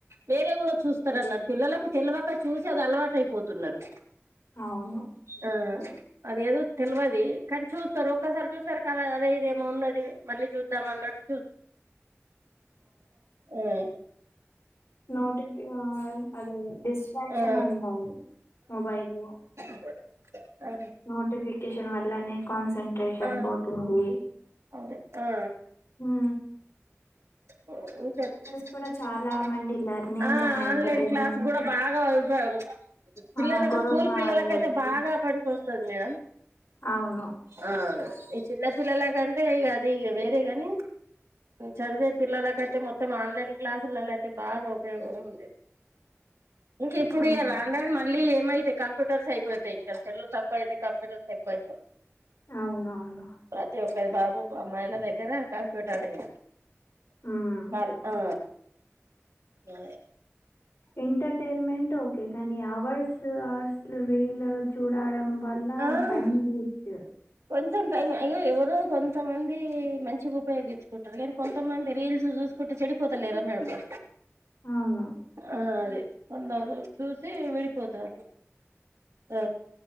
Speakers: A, on the right; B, on the left.
A: వేరే కూడా చూస్తారన్నారు పిల్లలకు తెలివక చూసి అది అలవాటయిపోతున్నారు
B: అవును
A: ఆ అదేదో తెలివది కానీ చూస్తారు ఒక్కసారి చూసారు కదా అదే ఇదేమో ఉన్నది మళ్ళీ చూద్దాం అన్నట్ ఏ
B: నోటిఫ అదే డిస్ట్రాక్షన్
A: ఆ.
B: ఉండాలి మొబైల్ లో
A: అ
B: నోటిఫికేషన్ వల్లనే కాన్సన్ంట్రేషన్
A: ఆ,
B: పోతుంది
A: అవును ఆ.
B: ఉ
A: <inaudible>
B: కూడా చాలా మంది లెర్నింగ్
A: ఆ
B: కన్నా
A: ఆన్లైన్
B: ఎంటర్టైన్మెంట్
A: క్లాస్ కూడా బాగా ఉపపయోగం పిల్లలకు
B: ఆ కరోనా
A: స్కూల్ పిల్లలకయితే
B: అవ్వచ్చు.
A: బాగా పడి కోస్తాది మేడం
B: అవును.
A: ఆ ఈ చిన్న పిల్లల కంటే ఈ అదిగ ఇవి తే గాని చదివే పిల్లలకయితే మొత్తం ఆన్లైన్ క్లాసులలో అయితే బాగా ఉపయోగం ఉండే ఇంక ఇప్పుడు
B: అవును.
A: ఇగ రాన్ రాను ఇళ్లి ఏమైతే కంప్యూటర్స్ అయిపోతాయ్ ఇంకా సెల్ తక్కువయితాయ్ కంప్యూర్స్ ఎక్కువైపో
B: అవునవును
A: ప్రతి ఒక్కరి బాబు అమ్మాయిల దగ్గర కంప్యూటర్ ఇగ
B: హ్మ్.
A: చాలు ఆ <inaudible>
B: ఎంటర్టైన్మెంట్ ఓకే కానీ అవర్స్ అవర్స్ వీల్ చూడడం వల్ల
A: ఆ
B: టైం వేస్ట్
A: కొంచెం టైం అయినా ఎవరు కొంతమంది మంచిగా ఉపయోగించుకుంటారు కానీ కొంతమంది రీల్స్ చూసు కుట చెడిపోత లేరా మేడం
B: అవును
A: ఆ అదే కొందరు చూసి విడిపోతారు ఆ